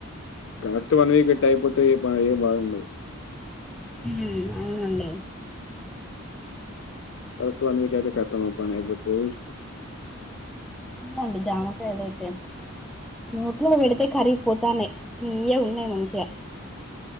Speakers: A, on the left; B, in the centre.
A: కరెక్ట్ వన్ వీక్ ఎట్టా అయిపోతే ఏ ఇబ్బ ఎ బాధ ఉండదు
B: హు అవునండి
A: అవుత్వ మీటయితే కట్టము అబ్బ రేపటి రోజు
B: అండి జామకాయలైతే, నోట్లో వెడితే కరిగిపోతాన్నై, తీయగున్నయ్ మంచిగా.